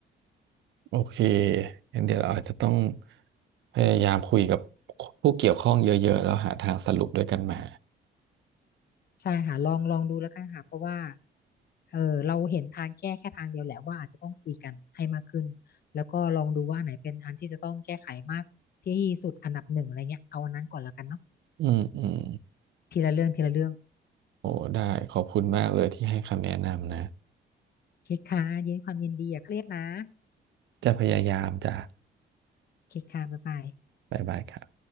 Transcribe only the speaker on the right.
โอเคงั้นเดี๋ยวเราอาจจะต้องพยายามคุยกับผู้เกี่ยวข้องเยอะๆแล้วหาทางสรุปด้วยกันมา
อืมอืม
โอ้ได้ขอบคุณมากเลยที่ให้คำแนะนำนะ
จะพยายามจะ
บ๊ายบายครับ